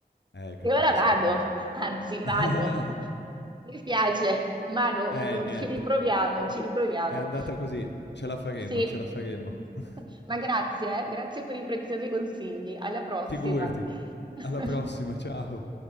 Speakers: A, on the left (about 90°); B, on the right (about 25°).
A: eh, capisco.
B: E ora vado, anzi
A: <laughs>
B: vado. <laughs> Mi spiace, Manu,
A: Eh,
B: mm,
A: niente.
B: ci riproviamo, ci riproviamo.
A: È andata così, ce la faremo,
B: Sì,
A: ce la faremo.
B: <laughs>
A: <laughs>
B: ma grazie, eh, Grazie per i preziosi consigli. Alla prossima.
A: Figurati.
B: <laughs>
A: Alla prossima, ciao.